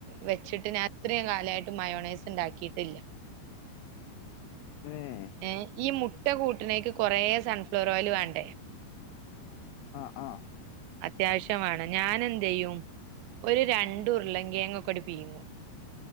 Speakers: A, on the right (about 80°); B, on the left (about 85°).
A: വെച്ചിട്ട് ഞാൻ അത്രയും കാലമായിട്ട് മയോണൈസ് ഉണ്ടാക്കിയിട്ടില്ല
B: ഏഹ്
A: ഏഹ് ഈ മുട്ട കൂട്ടിനേക്ക് കൊറെേ സൺഫ്ലോർ ഓയിൽ വേണ്ടേ
B: ആഹ് ആഹ്
A: അത്യാവശ്യാം വേണം ഞാൻ എന്ത്‌ ചെയ്യും ഒരു രണ്ട് ഉരുളങ്കേങ്ങ് ഒക്കെ അട് പീങ്ങു